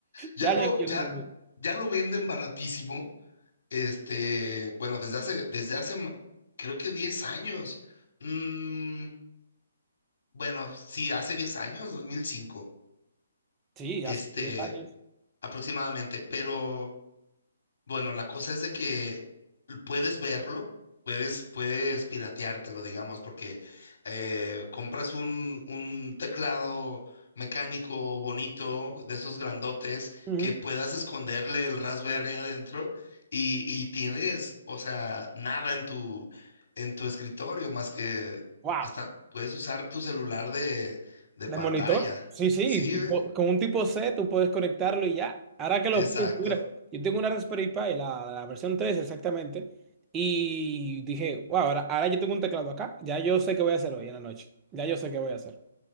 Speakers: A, on the left; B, on the right.
A: Ya
B: Ya
A: lo,
B: yo quiero
A: ya,
B: hacer uno.
A: ya lo venden baratísimo, este, bueno, desde hace, desde hace, ma- creo que 10 años. Mm, Bueno, sí, hace 10 años, 2005,
B: Sí,
A: este,
B: hace diez años.
A: aproximadamente, pero bueno, la cosa es de que puedes verlo, puedes, puedes pirateártelo, digamos, porque eh, compras un, un teclado mecánico bonito, de esos grandotes,
B: Ujú.
A: que puedas esconderle el Raspberry adentro y, y tienes, o sea, nada en tu, en tu escritorio, más que
B: Wow.
A: hasta puedes usar tu celular de, de
B: ¿De
A: pantalla.
B: monitor? Sí, sí,
A: Sí,
B: tipo,
A: eh,
B: con un tipo C tú puedes conectarlo y ya. Ahora que lo
A: exacto.
B: pienso, mira, yo tengo una Raspberry Pi, la, la versión 3 exactamente, y dije, wow, ahora, ahora yo tengo un teclado acá, ya yo sé qué voy a hacer hoy en la noche. Ya yo sé qué voy a hacer.